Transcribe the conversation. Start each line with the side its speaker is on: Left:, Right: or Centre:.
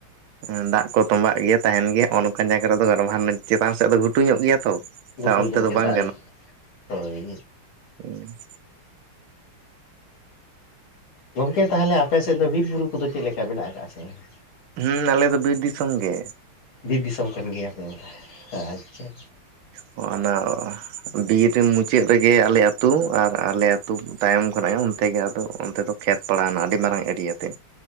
Right: ᱩᱸ ᱫᱟᱜ ᱠᱚ ᱛᱚᱸᱵᱟᱜ ᱜᱮᱭᱟ ᱛᱟᱦᱮᱱ ᱜᱮᱭᱟ ᱚ ᱱᱚᱝᱠᱟᱱ ᱡᱟᱭᱜᱟ ᱨᱮᱫᱚ <unintelligible> ᱪᱮᱛᱟᱱ ᱥᱮᱫ ᱫᱚ ᱜᱷᱩᱴᱩ ᱧᱚᱜ ᱜᱮᱭᱟ ᱛᱚ᱾
Left: ᱜᱷᱩᱴᱩ
Right: ᱚᱱᱛᱮ
Left: ᱧᱚᱜ
Right: ᱫᱚ
Left: ᱠᱮᱫ
Right: ᱵᱟᱝ
Left: ᱫᱟᱜ, ᱦᱳᱭ᱾
Right: ᱩᱸ᱾
Left: ᱜᱚᱝᱠᱮ ᱛᱟᱦᱚᱞᱮ ᱟᱯᱮ ᱥᱮᱫ ᱫᱚ ᱵᱤᱨ ᱵᱩᱨᱩ ᱠᱚᱫᱚ ᱪᱮᱫ ᱞᱮᱠᱟ ᱢᱮᱱᱟᱜ ᱟᱠᱟᱜᱼᱟ ᱥᱮ ᱵᱟᱝ?
Right: ᱦᱩᱸ ᱟᱞᱮ ᱫᱚ ᱵᱤᱨ ᱫᱤᱥᱚᱢ ᱜᱮ᱾
Left: ᱵᱤᱨ ᱫᱤᱥᱚᱢ ᱠᱟᱱ ᱜᱮᱭᱟᱯᱮ ᱵᱚᱞᱮ, ᱟᱪᱪᱷᱟ ᱪᱷᱟ᱾
Right: ᱦᱚᱸᱜ-ᱚ ᱱᱟ ᱵᱤᱨ ᱢᱩᱪᱟᱹᱫ ᱨᱮᱜᱮ ᱟᱞᱮ ᱟᱹᱛᱩ ᱟᱨ ᱟᱞᱮ ᱟᱛ ᱛᱟᱭᱚᱢ ᱠᱷᱚᱱᱟᱜ ᱜᱮ ᱚᱱᱛᱮᱜᱮ ᱟᱫᱚ ᱚᱱᱛᱮ ᱫᱚ ᱠᱷᱮᱛ ᱯᱟᱲᱟᱣᱱᱟ ᱟᱹᱰᱤ ᱢᱟᱨᱟᱝ ᱮᱨᱤᱭᱟ ᱛᱮ᱾